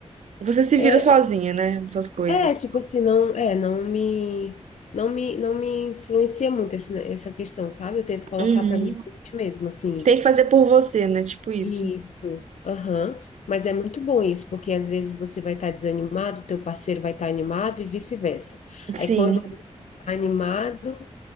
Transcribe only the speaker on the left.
É,
é tipo assim, não, é, não me, não me, não me influencia muito esse- essa questão, sabe? Eu tento colocar
para mim mesmo, assim, isso.
Isso, aham. Mas é muito bom isso, porque às vezes você vai estar desanimado, teu parceiro vai estar animado e vice-versa.
Aí quando um tá animado,